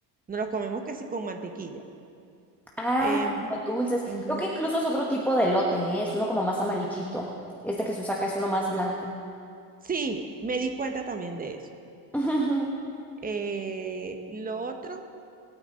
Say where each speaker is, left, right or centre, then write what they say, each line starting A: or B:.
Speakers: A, on the right; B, in the centre.
A: nos los comemos casi con mantequilla.
B: Ah,
A: em,
B: como dulces.
A: ujú.
B: Creo que incluso es otro tipo de elote, ¿eh? Es uno como más amarillito. Este que se usa acá es uno más blanco.
A: Sí, me di cuenta también de eso.
B: <laughs>
A: Eh, lo otro,